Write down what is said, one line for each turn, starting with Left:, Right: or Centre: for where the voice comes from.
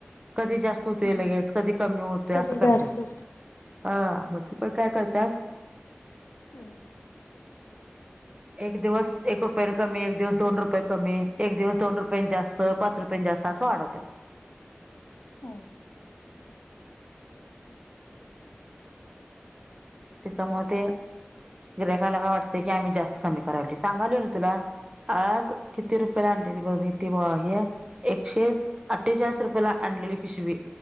Right: कधी जास्त होतोय
Left: हम्म
Right: लगेच कधी कमी होतोय
Left: कधी
Right: असं
Left: जास्त
Right: करत्यात.
Left: होत.
Right: हां मग ते पण काय करतात.
Left: हम्म.
Right: एक दिवस एक रुपयानं कमी एक दिवस दोन रुपये कमी एक दिवस दोन रुपयानं जास त पाच रुपयानं जास्त असं वाढवतात.
Left: <inaudible>
Right: त्याच्यामुळं ते गिऱ्हाईकाला काय वाटतंय की आम्ही जास्त कमी करायलोय सांगालोय ना तुला आज किती रुपयाला आणलेली बघ मी ते हे एकशे अठ्ठेचाळीस रुपयेला आणलेली पिशवी.